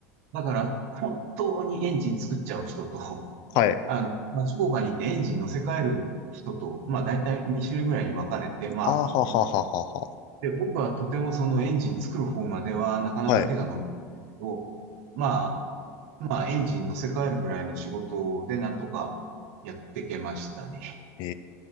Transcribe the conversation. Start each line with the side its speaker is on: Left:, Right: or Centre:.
Right: だから本当にエンジン作っちゃう人と、
Left: はい。
Right: あの、町工場に行ってエンジン乗せ替える人と、まあ大体2種類ぐらいに分かれて、まあ、
Left: あーははははは。
Right: で、僕はとてもそのエンジン作る方まではなかなか手が伸びないけど、
Left: はい。
Right: まあ、まあエンジン乗せ替えるぐらいの仕事でなんとかやってけましたね。
Left: え